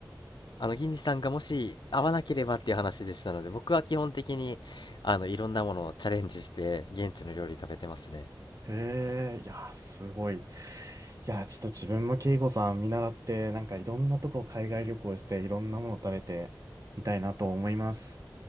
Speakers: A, on the left; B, on the right.
A: あの銀次さんがもし合わなければっていう話でしたので僕は基本的にあのいろんなものをチャレンジして現地の料理食べてますね
B: へえ、いや、すごい。いや、ちょっと自分も慶吾さん見習って、なんかいろんなとこ海外旅行して、いろんなもの食べてみたいなと思います。